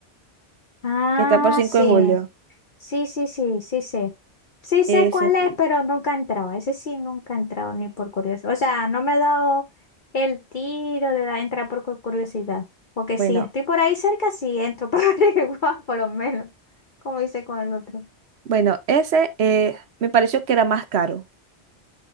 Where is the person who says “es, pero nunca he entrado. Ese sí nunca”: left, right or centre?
Left